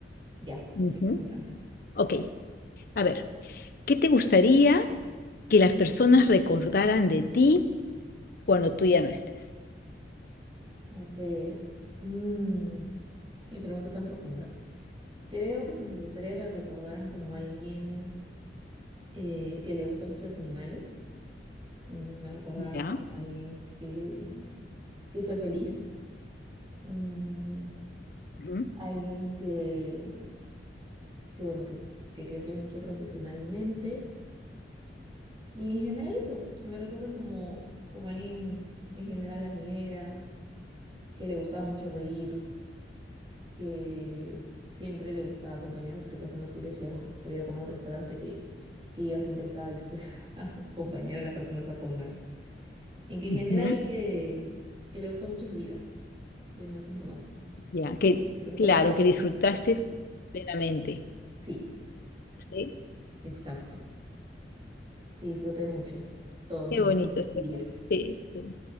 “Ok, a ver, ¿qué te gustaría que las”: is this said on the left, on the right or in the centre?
Left